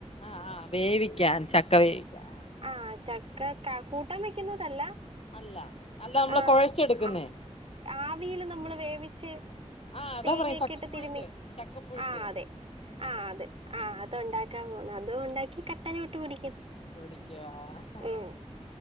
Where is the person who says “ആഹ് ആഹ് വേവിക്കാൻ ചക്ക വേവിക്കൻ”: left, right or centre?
Left